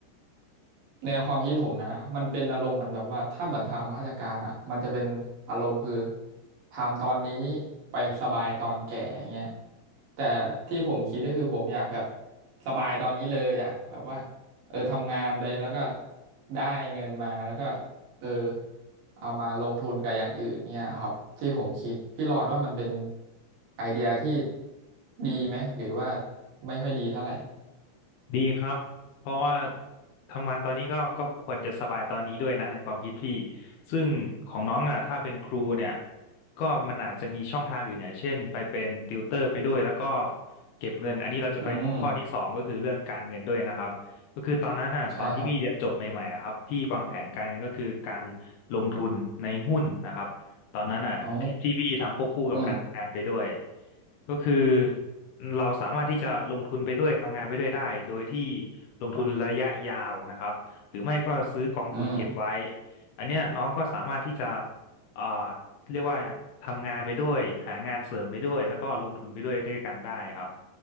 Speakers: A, on the right; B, on the left.
A: ในความคิดผมนะมันเป็นอารมณ์เหมือนแบบว่าถ้าเหมือนทำข้าราชการอ่ะมันจะเป็นอารมณ์คือทำตอนนี้ไปสบายตอนแก่เงี้ยแต่ที่ผมคิดก็คือผมอยากแบบสบายตอนนี้เลยอ่ะแบบว่าเออทำงานไปแล้วก็ได้เงินมาแล้วก็เออเอามาลงทุนกับอย่างอื่นเนี่ยครับที่ผมคิดพี่รอนว่ามันเป็นไอเดียที่ดีไหมหรือว่าไม่ค่อยดีเท่าไหร่
B: ดีครับเพราะว่าทำงานตอนนี้ก็ก็ควรจะสบายตอนนี้ด้วยนะในความคิดพี่ ซึ่งของน้องอ่ะถ้าเป็นครูเนี่ยก็มันอาจจะมีช่องทางอื่นอย่างเช่นไปเป็นติวเตอร์ไปด้วยแล้วก็เก็บเงินอันนี้เราจะไปหัวข้อที่สองก็คือเรื่องการเงินด้วยนะครับก็คือตอนนั้นอ่ะตอนที่พี่เรียนจบใหม่ๆอะครับพี่วางแผนการเงินก็คือการ
A: อืมใช่ครับ
B: ลงทุนในหุ้นนะครับตอนนั้นอ่ะที่ที่พี่ทำควบคู่กับการทำงานไปด้วย
A: อ๋ออืม
B: ก็คือเราสามารถที่จะลงทุนไปด้วยทำงานไปด้วยได้โดยที่ลงทุนระยะยาวนะครับหรือไม่ก็ซื้อกองทุนเก็บไว้
A: อืม
B: อันเนี้ยน้องก็สามารถที่จะเอ่อเรียกว่าทำงานไปด้วยหางานเสริมไปด้วยแล้วก็ลงทุนไปด้วยด้วยกันได้ครับ